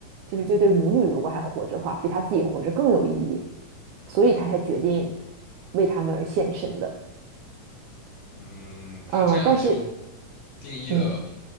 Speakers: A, on the right; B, on the left.
A: 就是这对母女如果还活着的话，比他自己活着更有意义，所以他才决定为他们而献身的。
B: 嗯，
A: 嗯，
B: 他这样就
A: 但是，
B: 定义了
A: 嗯